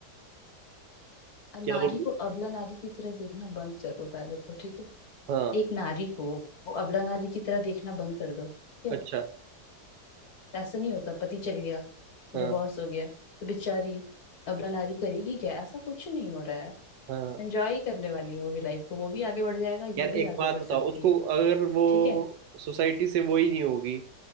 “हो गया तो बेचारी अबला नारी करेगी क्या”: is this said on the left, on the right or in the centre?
Left